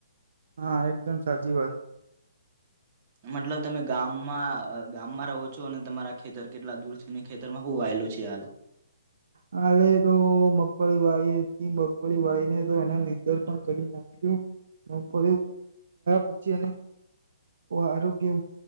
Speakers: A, on the right; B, on the right.
A: હા એકદમ સાચી વાત
B: મતલબ તમે ગામમાં ગામમાં રહો છો અને તમારા ખેતર કેટલા દૂર છે ખેતરમાં હું વાયેલું છે હાલ
A: હાલે તો મગફળી વાહી મગફળી વાહીને તો એને નીંદર પણ કરી નાખ પછી એ આરોગ્ય